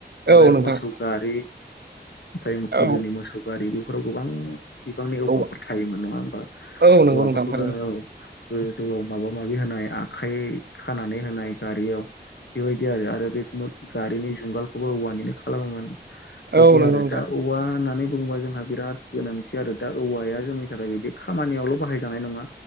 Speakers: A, on the left; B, on the right.
A: आरो
B: औ नोंथां
A: मोसौ गारि जाय गोदोनि
B: औ
A: मोसौ गारि बेफोराव गोबां बिबांनि औवाफोर
B: औ
A: थायोमोन नङा होमबा
B: औ नंगौ
A: औवाफोरखौ'
B: नोंथां थारैनो
A: औ गोजौआव माबा माबि होनाय आखाइ खानानै होनाय गारियाव बेबायदि आरो आरो बे गारिनि जुंगालखौबो औवानिनो खालामोमोन। बिदि
B: औ नंगौ
A: आरो
B: नोंथां
A: दा औवा होननानै बुंडोबा जोंहा बिराद गोनांथि आरो दा औवाया जोंनि थाखाय बिदि खामानियावल' बाहायजानाय नङा